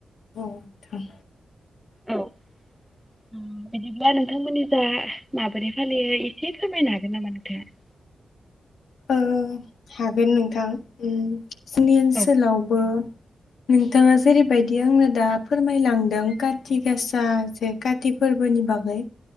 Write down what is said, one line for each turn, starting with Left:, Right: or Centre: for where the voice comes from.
Left: औ नोंथां।
Centre: औ उम बिदिब्ला नोंथांमोननि जा माबोरै फालियो एसे फोरमायनो हागोन नामा नोंथांङा?
Left: औ औ हा बे नोंथां उम। जोंनि ओनसोलावबो
Centre: औ
Left: नोंथाङा जेरैबायदि आंनो दा फोरमायलांदों काति गासा जे काति फोरबोनि बागै